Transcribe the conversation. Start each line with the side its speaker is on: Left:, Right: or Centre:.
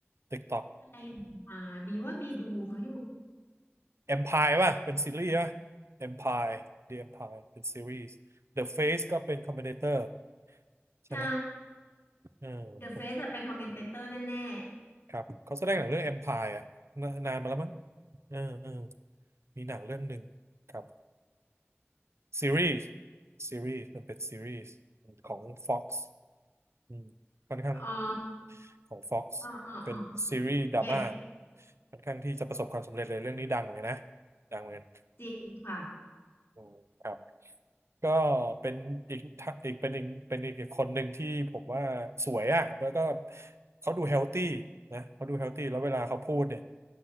Right: TikTok
Left: อะไรมาบีว่าบีดูเขาอยู่
Right: Empire ป่ะเป็นซีรีส์ป่ะ Empire The Empire เป็นซีรีส์ The Face ก็เป็นคอมบิเนเตอร์ใช่ไหม
Left: ใช่
Right: เออผม
Left: The Face อะเป็นคอมเมนเตเตอร์แน่
Right: ครับเขาแสดงหนังเรื่อง Empire อ่ะนานานมาแล้วมั้งเออเออมีหนังเรื่องหนึ่งครับซีรีส์ซีรีส์มันเป็นซีรีส์ของ Fox อืมค่อนข้าง
Left: ๆอ๋อ
Right: ของ Fox
Left: อ๋ออ๋ออ
Right: เป็นซีรีส์ดราม่า
Left: yes
Right: ค่อนข้างที่จะประสบความสำเร็จเลยเรื่องนี้ดังเหมือนกันนะดังเหมือนกัน
Left: จริงค่ะ
Right: อืมครับ ก็เป็นอีกท่าอีกเป็นอีกเป็นอีกคนหนึ่งที่ผมว่าสวยอ่ะแล้วก็เขาดูเฮลตี้นะเขาดูเฮลตี้แล้วเวลาเขาพูดเนี่ย